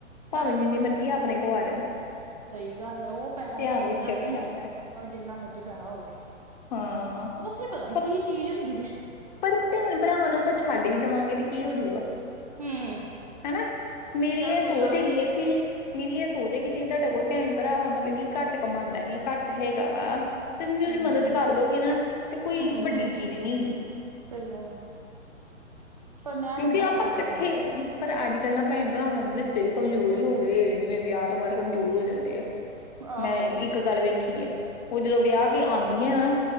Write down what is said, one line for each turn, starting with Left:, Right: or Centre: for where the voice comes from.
Left: ਭਾਵੇਂ
Right: ਆਹੋ
Left: ਜਿੰਨੀ ਮਰਜ਼ਜੀ ਆਪ ਆਪਣੇ ਕੋ ਆ ਜਾਣ
Right: ਸਹੀ ਗੱਲ ਹੈ। ਉਹ ਪੈਸਾ
Left: ਧਿਆਨ
Right: ਛੱਡਣਾ
Left: ਵਿੱਚ ਛੱਡ
Right: ਨੀ
Left: ਕੇ ਆਉਂਦਾ ਹੈ
Right: ਪਰ ਜਿੰਨਾ ਮਰਜੀ ਪੈਸਾ ਹੋਵੇ
Left: ਹਾਂ
Right: ਉਥੇ ਪਤਾ ਨੀ
Left: ਪਰ
Right: ਕੀ ਚੀਜ਼ ਹੁੰਦੀ। ਤੀ
Left: ਪਰ ਭੈਣ ਭਰਾਵਾਂ ਨੂੰ ਆਪਾ ਛਾ ਵੀ ਦੇਵਾਂਗੇ ਤੇ ਕੀ ਹੋਜੂਗਾ
Right: ਹਮ
Left: ਹਨਾ ਮੇਰੀ
Right: ਕਿ ਚੱਲ
Left: ਇਹ
Right: ਕੋਈ
Left: ਸੋਚ
Right: ਗੱਲ
Left: ਹੈਗੀ
Right: ਨੀ
Left: ਹੈ ਕਿ ਮੇਰੀ ਇਹ ਸੋਚ ਹੈ ਕਿ ਜੇ ਤੁਹਾਡਾ ਕੋਈ ਭੈਣ ਭਰਾ ਮਤਲਬ ਕਿ ਘੱਟ ਕਮਾਦਾ ਘੱਟ ਹੈਗਾ ਵਾ ਤੇ ਤੁਸੀਂ ਉਹਦੀ
Right: ਹਮ
Left: ਮਦਦ
Right: ਹਮ
Left: ਕਰ ਦੋਗੇ ਨਾ ਤੇ ਕੋਈ
Right: ਹਮ
Left: ਵੱਡੀ
Right: ਹਮ
Left: ਚੀਜ਼ ਨੀ
Right: ਸਹੀ ਗੱਲ ਐ ਪਰ ਮੈਂ
Left: ਕਿਉਂਕਿ
Right: ਨੀ ਨਾ
Left: ਆਪਾਂ
Right: ਸੋਚ
Left: ਇਕੱਠੇ
Right: ਆਂਦੀ
Left: ਪਰ ਅੱਜ ਕੱਲ੍ਹ ਨਾ ਭੈਣ ਭਰਾਵਾਂ ਦੇ ਰਿਸ਼ਤੇ ਵੀ ਕਮਜ਼ੋਰ ਹੀ ਹੋ ਗਏ ਜਿਵੇਂ ਵਿਆਹ ਤੋਂ ਬਾਅਦ ਕਮਜ਼ੋਰ ਹੋ ਜਾਂਦੇ ਆ।
Right: ਆਹੋ
Left: ਮੈਂ ਇੱਕ ਗੱਲ ਵੇਖੀ ਹੈ। ਉਹ ਜਦੋਂ ਵਿਆਹ ਕੇ ਆਦੀਆਂ ਨਾ।